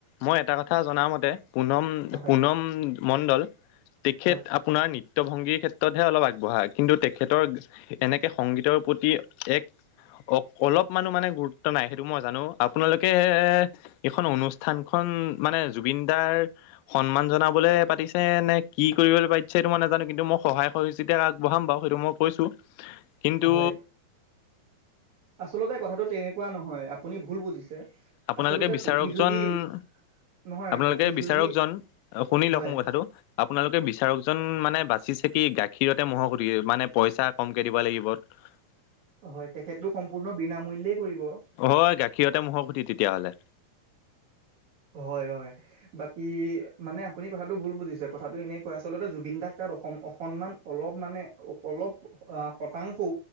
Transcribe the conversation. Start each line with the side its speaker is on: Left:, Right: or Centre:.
Left: মই এটা কথা জনামতে পুনম
Right: হয়
Left: পুনম মণ্ডল তেখেত
Right: হয়
Left: আপোনাৰ নৃত্য <unintelligible> দ ভংগীৰ ক্ষেত্ৰতহে অলপ আগবঢ়া। কিন্তু তেখেতৰ এনেকে সংগীতৰ প্ৰতি এক অ অলপ মানুহ মানে গুৰুত্ব নাই সেইটো এইটো মই জানো আপোনালোকে এ এইখন অনুষ্ঠান খ মানে জুবিন দাৰ সন্মান জনাবলৈ পাতিছে নে কি কৰিবলৈ পাতিছে সেইটো মই নাজানো। কিন্তু মই সহায় সহযোগিতা আগবঢ়াম বাৰু। সেইটো <unintelligible> মই কৈছোকিন্তু
Right: হয় আচলতে কথাটো তেনেকুৱা নহয়। আপুনি ভুল বুজিছে।
Left: আপোনালোকে
Right: আচলতে
Left: বিচাৰকজন
Right: প্ৰতিযোগী নহয়
Left: আপোনালোকে
Right: প্ৰতিযোগী
Left: বিচাৰকজন শুনি লওক
Right: হয়
Left: মোৰ কথাটো আপোনালোকে বিচাৰকজন মানে বাচিছে কি গাখীৰতে মহ'ৰ খুধি মানে পইচা কমকে দিব লাগিব। <unintelligible>
Right: হয় তেখেতটো সম্পূৰ্ণ বিনামূলীয়ই কৰিব। <unintelligible>
Left: অ গাখীৰতে মহৰ খুঠি তেতিয়াহ'লে।
Right: হয় হয় বাকী মানে আপুনি কথাটো ভুল বুজিছে। কথাটো এনেকুৱা আচলতে জুবিন দাক ত অসন্মান অলপ মানে অলপ শতাংশও